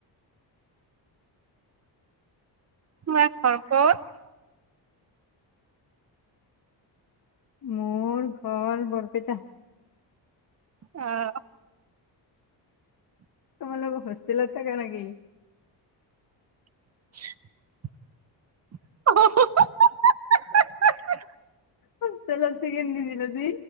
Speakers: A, on the right; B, on the left.
A: তোমাৰ ঘৰ ক'ত?
B: মোৰ ঘৰ বৰপেটা।
A: অ'
B: তোমালোক হোষ্টেলত থাকা নেকি?
A: <unintelligible> হ <inaudible>
B: হোষ্টেলত চিকেন নিদিল আজি?